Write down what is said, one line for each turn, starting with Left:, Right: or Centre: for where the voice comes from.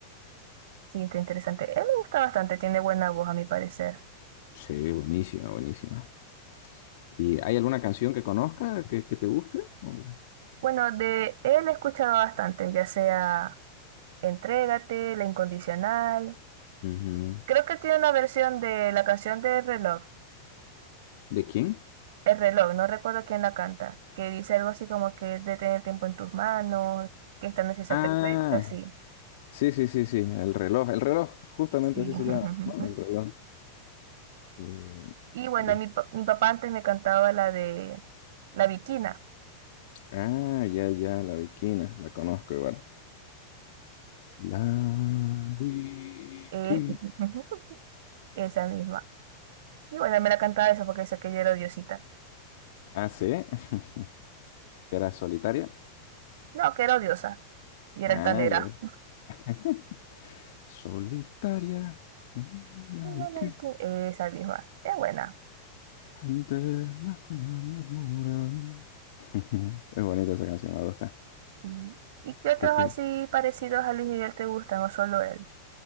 Right: Sí, está interesante. Él me gusta bastante, tiene buena voz a mi parecer.
Left: Sí, buenísima, buenísima. ¿Y hay alguna canción que conozca que, que te guste? O-
Right: Bueno, de él he escuchado bastante, ya sea Entrégate, La Incondicional.
Left: Ujú.
Right: Creo que tiene una versión de la canción de reloj.
Left: ¿De quién?
Right: El reloj, no recuerdo quién la canta, que dice algo así como que de tener el tiempo en tus manos, que esta noche sea
Left: Ah,
Right: perfecta, sí.
Left: sí, sí, sí, sí, el reloj, el reloj, justamente
Right: Sí.
Left: así
Right: <laughs>
Left: se llama, ¿no? El reloj. Y
Right: Y bueno,
Left: de-
Right: mi, pa- mi papá antes me cantaba la de La Bikina.
Left: Ah, ya, ya, la Bikina, la conozco igual. La Bikina.
Right: Eh, <laughs> Esa misma. Y bueno, me la cantaba esa porque sé que yo era odiosita.
Left: Ah, sí, <laughs> que era solitaria.
Right: No, que era odiosa. Y era
Left: Ah,
Right: altanera.
Left: ya. <laughs> Solitaria, mm, la
Right: Mira
Left: Bikina.
Right: la que- Esa misma. Es buena.
Left: Anternas con amor murmuran. <laughs> Es bonita esa canción, me gusta.
Right: Mm. ¿Y qué otros
Left: ¿Qué te...
Right: así parecidos a Luis Miguel te gustan o solo él?